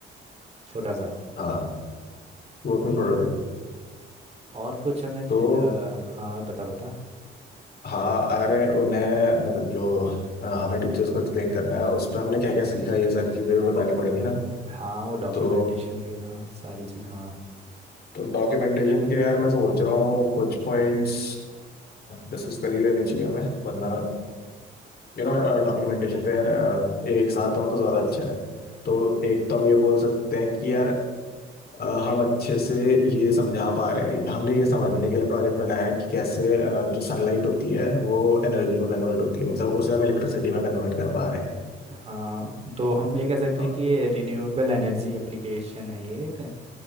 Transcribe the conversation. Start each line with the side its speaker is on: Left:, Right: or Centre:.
Right: छोटा सा
Left: हाँ वो
Right: तो
Left: अपनी
Right: ठीक
Left: प्रोटोटाइप
Right: है और कुछ हमें
Left: तो
Right: दि- अ, हाँ बता बता
Left: हाँ अरे उन्हें मतलब जो अ, हमें टीचर्स को एक्सप्लेन करना है उस पर हमने क्या क्या सीखा ये सारी चीजें भी बतानी पड़ेंगी ना
Right: हाँ वो डॉक्यूमेंटेशन
Left: तो
Right: वगैरह सारी चीज़ हाँ
Left: तो डॉक्यूमेंटेशन के यार मैं सोच रहा हूँ कुछ पॉइंट्स डिस्कस कर ही लेने चाहिए हमें वरना यू नो डॉक्यूमेंटेशन पे यार अ, एक साथ हुआ तो ज़्यादा अच्छा है तो एक तो हम ये बोल सकते हैं कि यार अ, हम अच्छे से ये समझा पा रहे हैं हमने ये समझने के लिए प्रोजेक्ट बनाया है कि कैसे अ, जो सनलाइट होती है वो एनर्जी में कन्वर्ट होती है मतलब उसे हम इलेक्ट्रिसिटी में कन्वर्ट कर पा रहे हैं
Right: हाँ तो हम ये कह सकते
Left: अ,
Right: हैं कि ये रिन्यूएबल एनर्जी एप्लीकेशन है ये एक